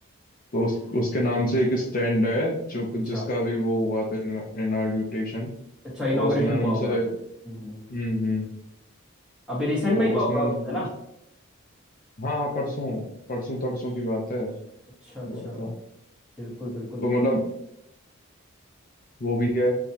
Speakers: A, on the left; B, in the centre.
A: तो उस, उसके नाम से एक स्टैंड है जो जिसका
B: अच्छा
A: भी वो हुआ था इनाग्रेशन
B: अच्छा इनॉग्रेशन
A: तो उसमें उनसे
B: हुआ होगा हम्म, हम्म। हम्म।
A: हम्म हम्म
B: अभी रिसेंट
A: तो
B: में ही हुआ
A: उसमें
B: होगा
A: उनसे पूछ
B: है ना
A: हाँ हाँ परसों परसों तरसों की बात है
B: अच्छा अच्छा
A: हुआ था
B: बिल्कुल बिल्कुल
A: तो मतलब वो भी है